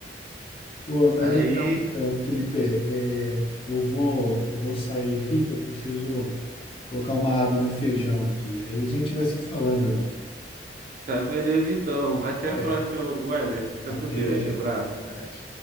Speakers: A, on the left (about 30°); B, on the right (about 45°).
A: Pô, mas
B: Aí,
A: legal então, Felipe. é, eu vou, eu vou sair aqui que eu preciso colocar uma água no feijão aqui. Aí a gente vai se falando, irmão.
B: tá beleza então. Até a
A: É,
B: próxima, Weber. Fica
A: até
B: com Deus. Abraço.
A: mais.